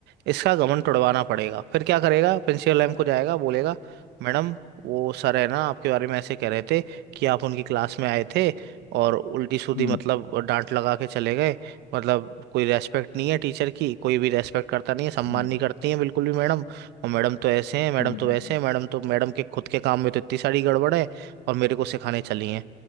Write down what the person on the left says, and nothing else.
हम्म,
हम्म,
हम्म,